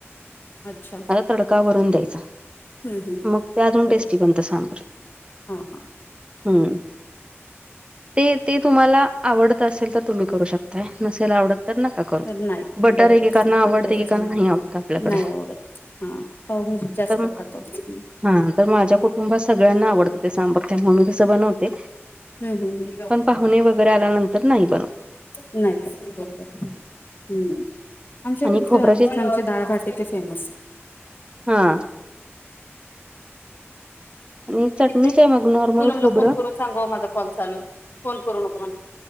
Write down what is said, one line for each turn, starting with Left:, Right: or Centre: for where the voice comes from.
Left: अच्छा
Right: आता तडकावरून द्यायचा
Left: हम्म हम्म
Right: मग ते अजून
Left: बरोबर
Right: टेस्टी बनत सांबर
Left: हा हा
Right: हम्म ते ते तुम्हाला आवडत असेल तर तुम्ही करू शकताय नसेला आवडत तर नका करू
Left: तर नाही
Right: बटर
Left: बरोबर
Right: एकेकांना आवडते एकेकांना नाही आवडत
Left: <unintelligible>
Right: आपल्याकडे
Left: नाही आवडत हा. पावभाजी च जास्त
Right: तर
Left: खातो आम्ही.
Right: हा तर माझ्या कुटुंबात सगळ्यांना आवडतं ते त्याच्यामुळे मी तसं बनवते.
Left: हम्म हम्म हम्म
Right: पण पाहुणे वगैरे आल्यानंतर नाही बनत.
Left: नाही का बरोबर. हम्म आमच्या इकडे
Right: आणि खोबऱ्याची
Left: तर राजस्थानचे डाळभाटी ते फेमस.
Right: हा आणि चटणी
Left: किथ
Right: काय मग नॉर्मल
Left: पूनमला
Right: खोबरं
Left: फोन करून सांगा माझा कॉल चालू फोन करू नको म्हणा